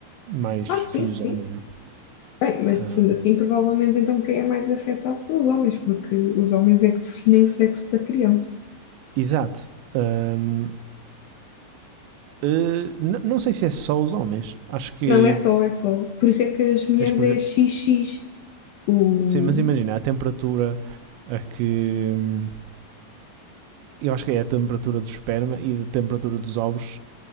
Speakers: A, on the right; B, on the left.
A: mais
B: Ah,
A: filhos
B: sim, sim.
A: homem, não é?
B: Bem, mas
A: Uh,
B: sendo assim, provavelmente então quem é mais afetado são os homens, porque os homens é que definem o sexo da criança.
A: exato. Um, uh, não sei se é só os homens, acho que
B: Não é só, é só. Por isso é que as mulheres
A: é exclusivo.
B: é XX. O,
A: Sim, mas imagina a temperatura a que, hum, eu acho que é a temperatura do esperma e da temperatura dos ovos